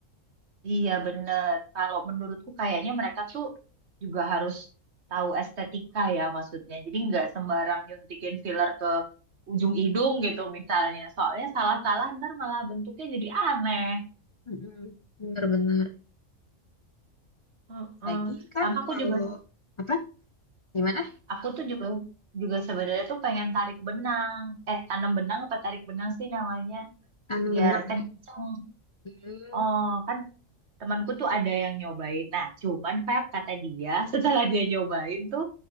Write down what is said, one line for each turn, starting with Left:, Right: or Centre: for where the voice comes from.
Right: Iya bener. Kalau menurutku kayaknya mereka tuh juga harus tahu estetika ya maksudnya. Jadi nggak sembarang nyuntikin filler ke ujung hidung gitu misalnya. Soalnya salah-salah ntar malah bentuknya jadi aneh.
Left: Mm-mm. Bener-bener.
Right: Heeh.
Left: Lagi kan
Right: Sama aku
Left: kalau
Right: juga,
Left: apa gimana?
Right: aku tuh juga juga sebenarnya tuh pengen tarik benang. Eh, tanam benang apa tarik benang sih namanya?
Left: Tanam
Right: Biar
Left: benang
Right: kenceng.
Left: Hmm,
Right: Oh, kan temanku tuh ada yang nyobain. Nah, cuman Feb kata dia <laughs> setelah dia nyobain tuh,